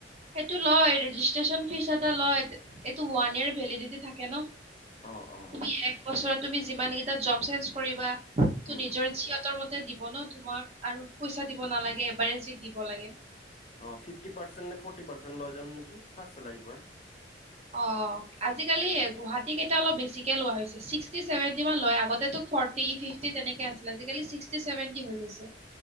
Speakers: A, on the right; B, on the left.
A: সেইটো লয় ৰেজিষ্ট্ৰচন ফিজ এটা লয়। ওৱান ইয়েৰ ভেলিডিটি থাকে ন
B: অ অ
A: তুমি এক বছৰৰ যিমান কেইটা জৱ চেইঞ্জ কৰিবা, ত
B: উম
A: নিজৰ ইচ্ছা, সিহতৰ মত তে দিব ন তোমাক আৰু পইচা দিব নালাগে এবাৰেজি দি দিব লাগে।
B: অ ফিফটি পাৰ্চেট নে ফৰ্টি পাৰ্চেট লয় যান নেকি ফাৰ্ষ চেলাৰী পৰা
A: অ আজিকালি এ গুৱাহাটী কেইটা অলপ বেছিকে লোৱা হৈছে ছিক্সটি চেভেন্টি মান লৈ আগতে তো ফটি, ফিফটি তেনেকে আছিলে আজি কালি চিকটি, চেবেনটি হৈ গৈছে।